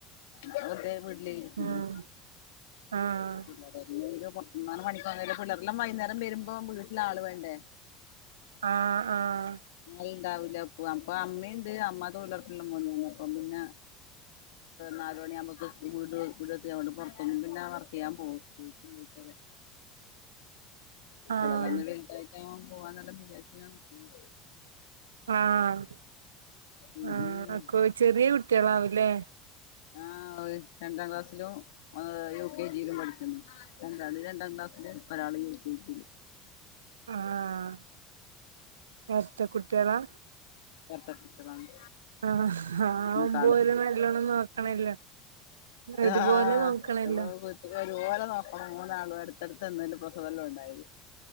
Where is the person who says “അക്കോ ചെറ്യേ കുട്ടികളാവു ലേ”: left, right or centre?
Right